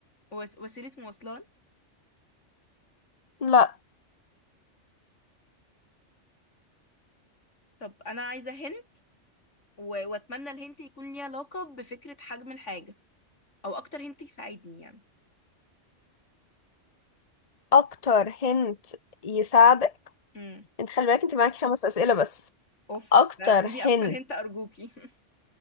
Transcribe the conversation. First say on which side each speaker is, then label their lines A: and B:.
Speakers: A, on the left; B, on the left.
A: وس... وسيلة مواصلات
B: لا
A: طب انا عايزة هن و... واتمنى الهنت يكون ليه علاقة بفكرة حجم الحاجة او اكتر هنت يساعدني يعني
B: اكتر هنت يساعدك
A: امم
B: انت خلي بالك انت معاكي خمس اسئله بس
A: اوف
B: اكتر
A: لا اديني اكتر
B: هنت
A: هنت ارجوكي <laughs>